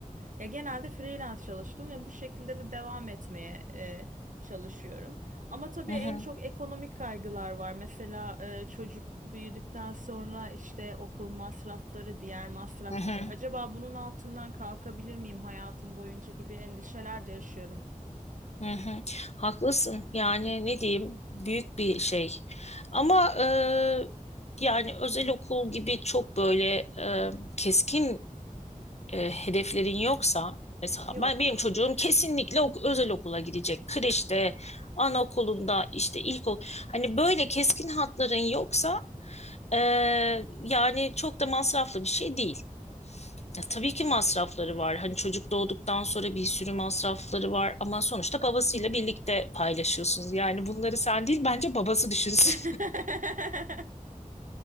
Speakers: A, on the right; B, on the left.
A: e, ya genelde freelance çalıştım ve bu şekilde de devam etmeye e, çalışıyorum. Ama tabii
B: Hı
A: en
B: hı.
A: çok ekonomik kaygılar var. Mesela e, çocuk büyüdükten sonra işte okul masrafları, diğer masraflar.
B: Hı hı.
A: Acaba bunun altından kalkabilir miyim hayatım boyunca gibi endişeler de yaşıyorum.
B: Hı hı. Haklısın. Yani ne diyeyim büyük bir şey. Ama e, yani özel okul gibi çok böyle e, keskin e, hedeflerin yoksa mesela
A: Yok
B: ben benim
A: yok.
B: çocuğum kesinlikle ok özel okula gidecek. Kreşte, anaokulunda işte ilkokul. Hani böyle keskin hatların yoksa e, yani çok da masraflı bir şey değil. Ya tabii ki masrafları var. Hani çocuk doğduktan sonra bir sürü masrafları var ama sonuçta babasıyla birlikte paylaşıyorsunuz. Yani bunları sen değil bence babası düşünsün.
A: <laughs>